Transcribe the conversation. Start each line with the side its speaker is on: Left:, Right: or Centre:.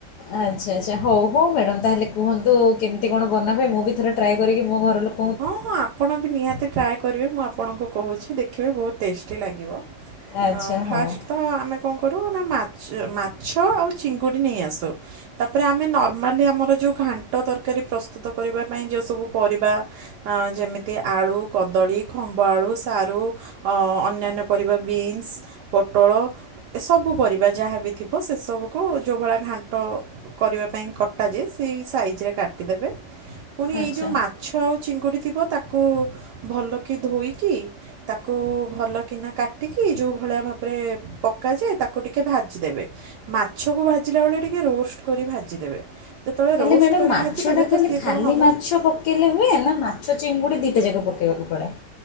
Left: ଆଚ୍ଛା ଆଚ୍ଛା ହଉ ହଉ ମ୍ୟାଡ଼ାମ ତାହେଲେ କୁହନ୍ତୁ କେମିତି କଣ ବନା ହୁଏ ମୁଁ ବି ଥରେ ଟ୍ରାଏ କରିକି ମୋ ଘର ଲୋକ
Right: ହଁ ହଁ ଆପଣ ବି ନିହାତି ଟ୍ରାଏ କରିବେ ମୁଁ ଆପଣଙ୍କୁ କହୁଛି ଦେଖିବେ ବହୁତ ଟେଷ୍ଟି ଲାଗିବ।
Left: ଆଚ୍ଛା
Right: ଆ ଫାଷ୍ଟ
Left: ହଉ।
Right: ତ ଆମେ କଣ କରୁ ନା ମାଛ ଆଉ ଚିଙ୍ଗୁଡ଼ି ନେଇ ଆସୁ, ତାପରେ ଆମେ ନର୍ମାଲି ଆମର ଯଉ ଘାଣ୍ଟ ତରକାରୀ ପ୍ରସ୍ତୁତ କରିବା ପାଇଁ ଯୋଉ ସବୁ ପରିବା ହଁ ଯେମିତି ଆଳୁ କଦଳୀ ଖମ୍ବ ଆଳୁ ସାରୁ ଅ ଅନ୍ୟାନ ପରିବା ବିନ୍ସ ପୋଟଳ ଏ ସବୁ ପରିବା ଯାହାବି ଥିବ ସେସବୁକୁ ଯୋଉଭଳିଆ ଘାଣ୍ଟ। କରିବା ପାଇଁ କଟାଯାଏ ସେଇ ସାଇଜରେ କାଟିଦେବେ ପୁଣି
Left: ଆଚ୍ଛା
Right: ଏଇ ଯେଉଁ ମାଛ ମାଛ ଆଉ ଚିଙ୍ଗୁଡ଼ି ଥିବ ତାକୁ ଭଲକି ଧୋଇକି ତାକୁ ଭଲ କିନା କାଟିକି ଯୋଉ ଭଳିଆ ଭାବରେ ପକାଯାଏ ତାକୁ ଟିକେ ଭାଜିଦେବେ ମାଛକୁ ଭାଜିଲା ବେଳେ ଟିକେ ରୋଷ୍ଟ କରି ଭାଜିଦେବେ ଯେତେବେଳେ
Left: ହେଲେ
Right: ରୋଷ୍ଟ
Left: ମ୍ୟାଡ଼ାମ୍
Right: କରି
Left: ମାଛଟା
Right: ଭାଜିଦେବେ ତ
Left: ଖାଲି
Right: ସିଏ
Left: ଖାଲି
Right: କ'ଣ ହେବ
Left: ମାଛ ପ ପକେଇଲେ ହୁଏ ନା ମାଛ ଚିଙ୍ଗୁଡ଼ି ଦିଟା ଯାକ ପକେଇବାକୁ ପଡେ?